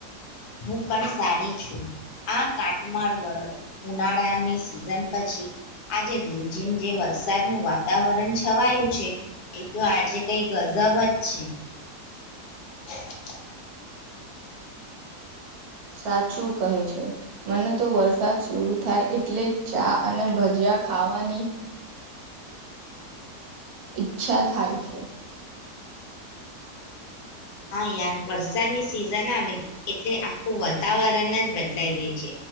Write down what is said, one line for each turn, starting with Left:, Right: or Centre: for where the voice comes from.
Left: હું પણ સારી છું. આ કાટમાળ વારો. ઉનાળાની સિઝન પછી, આજે રીમઝીમ જે વરસાદનું વાતાવરણ છવાયું છે એ તો આજે કંઈક ગઝબ જ છે. <unintelligible>
Right: સાચું કહે છે મને તો વરસાદ શુરુ થાય એટલે ચા અને ભજીયા ખાવાની ઈચ્છા થાય છે.
Left: હા યાર વરસાદની સિઝન આવે એટલે આ આખું વાતાવરણ જ બદલાઈ જાય છે